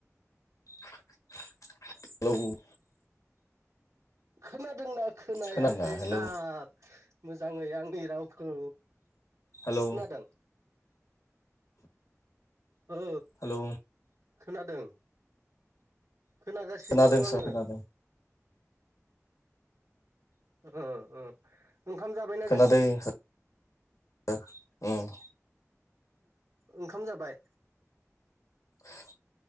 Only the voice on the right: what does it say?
खोनादोंना खोनायाखै
सार मोजाङै आंनि रावखौ
खोनादों औ
खोनादों खोनागासिनो
दं आङो
ओ ओ ओंखाम जाबाय
ओंखाम जाबाय